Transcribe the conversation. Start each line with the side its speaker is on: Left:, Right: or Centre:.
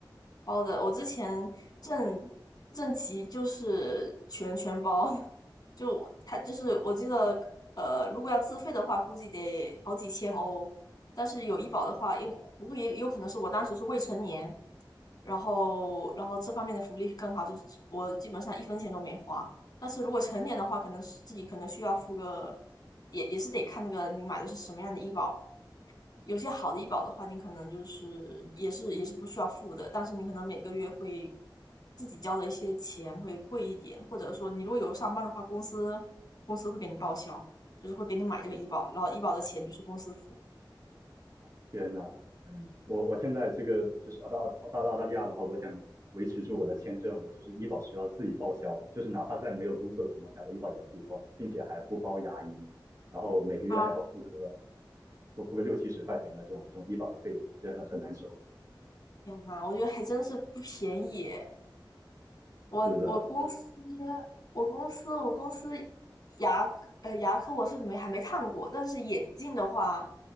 Left: 包的。我之前正正畸就是全全包，<laughs> 就我他就是我记得，呃，如果要自费的话，估计得好几千欧，但是有医保的话，因不过也有可能是我当时是未成年。然后然后这方面的福利更好，就是我基本上一分钱都没花。但是如果成年的话，可能是自己可能需要付个，也也是得看那个你买的是什么样的医保。有些好的医保的话，你可能就是也是也是不需要付的，但是你可能每个月会自己交的一些钱会贵一点，或者说你如果有上班的话，公司公司会给你报销，就是会给你买这个医保，然后医保的钱就是公司付。
Right: 啊天呐，我我现在这个就是澳大澳澳大澳大利亚的话，我想维持住我的签证，我就是医保是要自己报销的，就是哪怕在没有工作的情况下，我医保也要自己报销，并且还不包牙医，然后每个月还要付个
Left: 啊，
Right: 付付个六七十块钱的这种这种医保的费用，而且很很难受。
Left: 天呐，我觉得还真是不便宜。我我公司
Right: 是的，就
Left: 我公司我公司牙呃牙科我是没还没看过，但是眼镜的话，